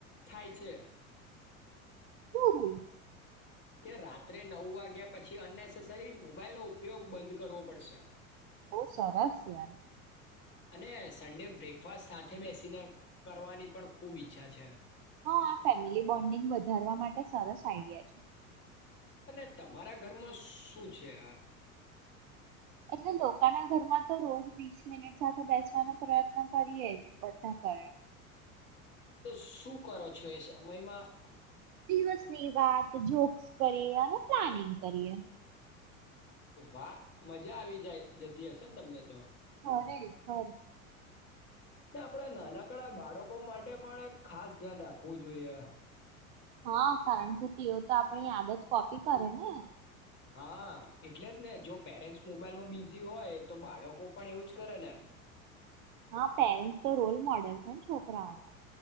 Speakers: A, on the left; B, on the right.
A: થાય છે
B: શરું
A: કે રાત્રે નવ વાગ્યા પછી અનનેસેસરી મોબાઈલ નો ઉપયોગ બંધ કરવો પડશે
B: બહ સરારસ યાર
A: અને સન્ડે બ્રેકફાસ્ટ સાથે બેસીને કરવાની પણ ખુબ ઈચ્છા છે
B: હા આ ફેમિલી બોન્ડિંગ વધારવા માટે સરસ આઈડિયા છે
A: અને તમારા ઘરમાં શું છે આ
B: એટલે લોકોના ઘરમાં તો રોજ વીસ મિનિટ સાથે બેસવાનો પ્રયત્ન કરીએ જ બધા ઘે
A: તો શું કરો છો એ સમયમાં
B: દિવસની વાત જોક્સ કરીએ અને પ્લાનિંગ કરીએ
A: વાહ મજા આવી જ જતી હશે ને તમને તો
B: હરે ખર
A: અને આપણેે નાનકડા બાળકો માટે પણ એક ખાસ ધ્યાન રાખવું જોઈએ
B: હા કારણ કે એવ તો પણ આયાદ જ કોપી કરે ને
A: હા એટલે જ ને જો પેરેન્ટ્સ મોબાઈલમાં બિઝી હોય તો બાળકો પણ એુજ કરે ને
B: હા પેરેન્ટ્સ તો રોલ મોડલ છેને છોકરાઓના